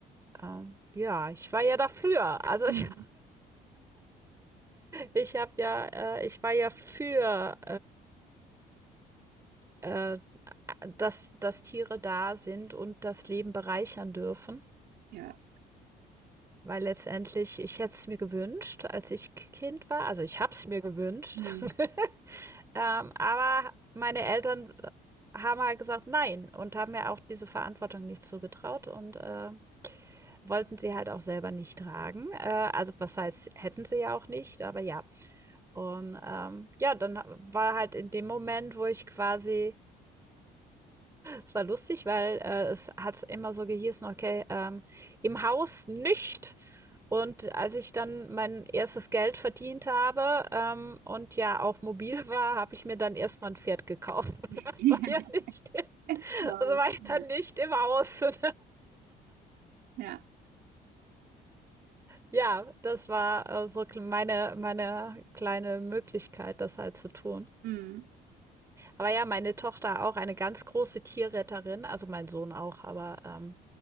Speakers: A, on the right; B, on the right.
A: ähm, ja, ich war ja dafür. Also
B: hm.
A: ich Ich habe ja, äh, ich war ja für, äh, äh, dass, dass Tiere da sind und das Leben bereichern dürfen.
B: Ja.
A: Weil letztendlich, ich hätte es mir gewünscht, als ich Kind war. Also ich habe es mir gewünscht.
B: Hm.
A: <laughs> ähm, aber meine Eltern haben halt gesagt nein und haben mir auch diese Verantwortung nicht zugetraut und äh, wollten sie halt auch selber nicht tragen. Äh, also was heißt, hätten sie ja auch nicht, aber ja. Und ähm, ja, dann war halt in dem Moment, wo ich quasi Es war lustig, weil äh, es hat immer so gehießen, okay, ähm, im Haus nicht. Und als ich dann mein erstes Geld verdient habe ähm, und ja auch mobil war, habe ich mir dann erstmal ein Pferd gekauft. <laughs>
B: <laughs>
A: Das war ja nicht,
B: Wow.
A: das war ja
B: Ja.
A: nicht im Haus. <laughs> so.
B: Ja.
A: Ja, das war äh, so meine, meine kleine Möglichkeit, das halt zu tun.
B: Hm.
A: Aber ja, meine Tochter auch eine ganz große Tierretterin, also mein Sohn auch, aber ähm,